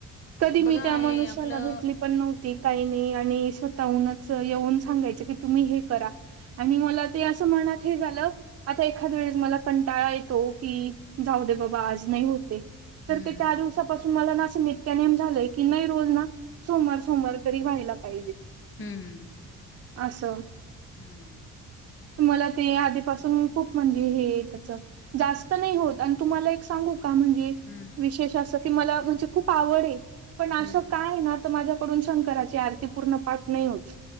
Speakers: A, on the right (about 55°); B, on the left (about 40°).
A: कधी मी
B: बघा
A: त्या
B: हे
A: माणुष्याला
B: आपलं
A: भेटली पण नव्ह ती, काही नाही आणि स्वतःहूनच येऊन सांगायचं कि तुम्ही हे करा. आणि मला ते असं मनात हे झालं. आता एखाद वेळेस मला कंटाळा येतो. हो की, जाऊदे बाबा आज नाही होत ए, तर
B: हम्म
A: ते त्या दिवसा पासून तुम्हाला ना असं नित्यानेम झालंय की. नाही रोज ना, सोमवार सोमवार तरी व्हायला पाहिजे.
B: हम्म हम्म,
A: अस.
B: हम्म.
A: मला ते आधीपासून खूप म्हणजे हे त्याच, जास्त नाही होत आणि तुम्हाला एक सांगू का म्हणजे.
B: हम्म
A: विशेष अस की मला म्हणजे खूप आवड ए, पण
B: हम्म
A: असं काय ना. तर माझ्या कडून शंकराची आरती पूर्ण पाठ नाही होत.